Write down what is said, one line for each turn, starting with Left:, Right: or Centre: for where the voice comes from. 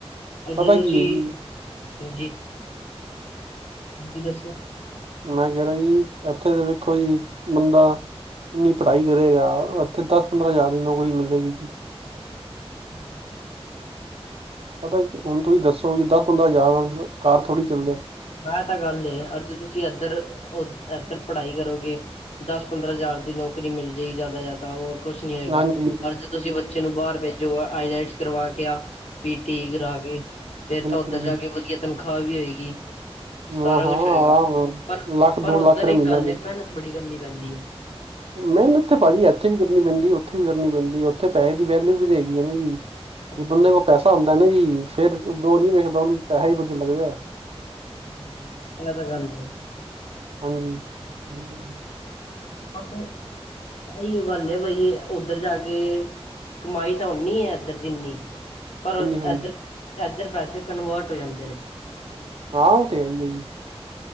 Right: ਪਤਾ
Left: ਜਦੋਂ ਅਸੀਂ
Right: ਕੀ ਹੈ ਜੀ
Left: ਹਾਂਜੀ। ਹਾਂਜੀ ਦੱਸੋ?
Right: ਮੈਂ ਕਹਿ ਰਿਆ ਜੀ ਇੱਥੇ ਤੇ ਵੇਖੋ ਜੀ ਬੰਦਾ ਇੰਨੀ ਪੜ੍ਹਾਈ ਕਰੇਗਾ ਇੱਥੇ ਦਸ ਪੰਦਰਾਂ ਹਜ਼ਾਰ ਦੀ ਨੌਕਰੀ ਮਿਲੇਗੀ ਜੀ।
Left: ਹੂੰ,
Right: ਪਤਾ ਕੀ ਹੁਣ ਤੁਸੀਂ ਦੱਸੋ ਕਿ ਦਸ ਪੰਦਰਾਂ ਹਜ਼ਾਰ ਨਾਲ ਘਰ ਥੋੜੀ ਚੱਲਦਾ।
Left: ਐ ਤਾਂ ਗੱਲ ਐ ਅਰ ਜੇ ਤੁਸੀਂ ਇਧਰ ਇਧਰ ਪੜ੍ਹਾਈ ਕਰੋਗੇ ਦਸ ਪੰਦਰਾਂ ਹਜ਼ਾਰ ਦੀ ਨੌਕਰੀ ਮਿਲਜੇਗੀ ਜ਼ਿਆਦਾ ਜ਼ਿਆਦਾ ਹੋਰ ਕੁਛ ਨੀ ਹੋਏਗਾ
Right: ਹਾਂਜੀ
Left: ਪਰ ਤੁਸੀਂ ਬੱਚੇ ਨੂੰ ਬਾਹਰ ਭੇਜੋ ਆਈਲੈਟਸ ਕਰਵਾ ਕੇ ਜਾ ਪੀ ਟੀ ਈ ਕਰਾ ਕੇ। ਫੇਰ
Right: ਬਿਲਕੁਲ
Left: ਤਾਂ ਉੱਧਰ
Right: ਜੀ
Left: ਜਾ ਕੇ ਵਧੀਆ ਤਨਖਾਹ ਵੀ ਹੋਏਗੀ।
Right: ਹਾਂ
Left: ਸਾਰਾ
Right: ਹਾਂ
Left: ਕੁਛ ਹੋਏਗਾ
Right: ਆਰਾਮ ਨਾਲ
Left: ਪਰ
Right: ਲੱਖ
Left: ਪਰ
Right: ਦੋ
Left: ਉੱਧਰ
Right: ਲੱਖ ਦਾ
Left: ਇੱਕ
Right: ਮਹੀਨਾ
Left: ਗੱਲ
Right: ਪਏ
Left: ਐ ਮਿਹਨਤ ਬੜੀ ਕਰਨੀ ਪੈਂਦੀ ਐ।
Right: ਮਿਹਨਤ ਤੇ ਭਾਜੀ ਇੱਥੇ ਵੀ ਕਰਨੀ ਪੈਂਦੀ ਉੱਥੇ ਵੀ ਕਰਨੀ ਪੈਂਦੀ ਉੱਥੇ ਪੈਸੇ ਦੀ ਵੈਲਿਊ ਵੀ ਤਾਂ ਹੈਗੀ ਆ ਨਾ ਜੀ।
Left: ਹਾਂਜੀ
Right: ਜੇ ਬੰਦੇ ਕੋਲ ਪੈਸਾ ਹੁੰਦਾ ਨਾ ਜੀ ਫੇਰ ਓ ਨਹੀਂ ਵੇਖਦਾ ਉਹਨੂੰ ਪੈਸਾ ਹੀ ਵਧੀਆ ਲੱਗਦਾ।
Left: ਹੂੰ, ਇਹ ਤਾਂ ਗੱਲ ਹੈ।
Right: ਹਾਂਜੀ ਹਾਂਜੀ।
Left: ਬਸ ਇਹੀਓ ਗੱਲ ਐ ਬਈ ਉੱਧਰ ਜਾ ਕੇ। ਕਮਾਈ ਤਾਂ ਓਨੀ ਐ ਇੱਧਰ ਜਿੰਨੀ। ਪਰ
Right: ਹਾਂਜੀ
Left: ਇਧਰ ਇਧਰ ਪੈਸੇ ਕਨਵਰਟ ਹੋ ਜਾਂਦੇ ਨੇ।
Right: ਹਾਂ ਓ ਤੇ ਹੈਈ ਐ ਜੀ